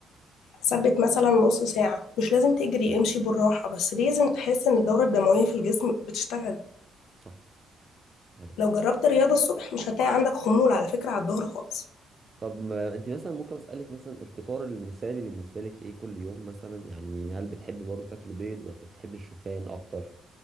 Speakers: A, on the left; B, on the right.
A: ثبت مثلا نص ساعة مش لازم تجري
B: مم.
A: امشي بالراحة بس لازم تحس إن الدورة الدموية في الجسم بتشتغل
B: صح صحيح
A: لو جربت رياضة الصبح مش هتلاقي عندك خمول على فكرة على الظهر خالص
B: طب ما انت مثلا ممكن اسالك مثلا الفطار المثالي بالنسبه لك ايه كل يوم مثلا يعني هل بتحبي برضو تاكلي بيض ولا بتحبي الشوفان اكتر